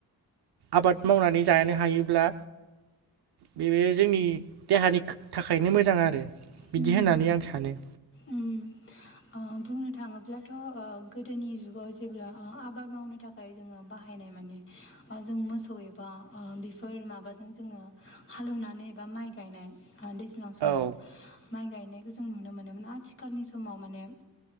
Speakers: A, on the right (about 80°); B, on the left (about 35°).
A: आबाद मावनानै जानो हायोब्ला बे बे जोंनि देहानि खोख-थाखायनो मोजां आरो। बिदि
B: उम
A: होननानै आं सानो।
B: उम बुंनो थाङोब्लाथ' गोदोनि जुगाव जेब्ला ओ आबाद मावनो था खाय जोङो बाहायनाय माने जों मोसौ एबा बेफोर माबाजों जोङो हालौनानै एबा माइ गायनाय ओ दै ज्लां समाव
A: औ
B: माइ गायनायखौ जों नुनो मोनोमोन आथि खालनि समाव माने